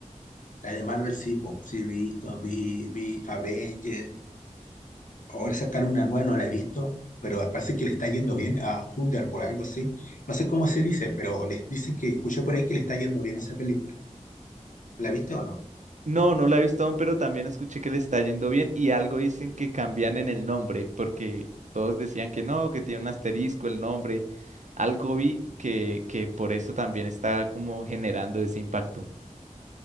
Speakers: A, on the left; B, on the right.
A: La de Marvel sí, po, sí he visto, vi, vi Avengers, ahora sacar una nueva no la he visto, pero parece que le está yendo bien a Thunderbolt, algo así. No sé cómo se dice, pero les dicen que escuché por ahí que le está yendo bien a esa película. ¿La viste o no?
B: No, no la he visto aún, pero también escuché que le está yendo bien y algo dicen que cambian en el nombre, porque todos decían que no, que tiene un asterisco el nombre. Algo vi que, que por eso también está como generando ese impacto.